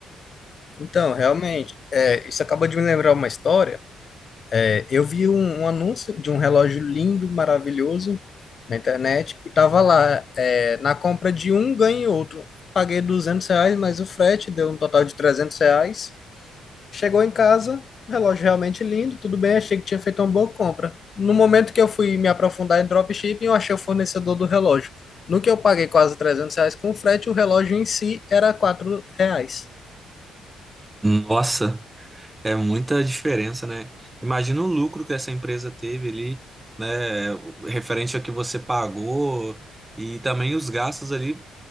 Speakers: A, on the left; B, on the right.
A: Então, realmente, é, isso acaba de me lembrar uma história. É, Eu vi um, um anúncio de um relógio lindo, maravilhoso na internet e tava lá, é, na compra de um ganhei outro. Paguei 200 reais, mas o frete deu um total de 300 reais. Chegou em casa, o relógio realmente lindo, tudo bem, achei que tinha feito uma boa compra. No momento que eu fui me aprofundar em dropshipping, eu achei o fornecedor do relógio. No que eu paguei quase 300 reais com o frete, o relógio em si era 4 reais.
B: Nossa, É muita diferença, né? Imagina o lucro que essa empresa teve ali, né? Referente ao que você pagou e também os gastos ali.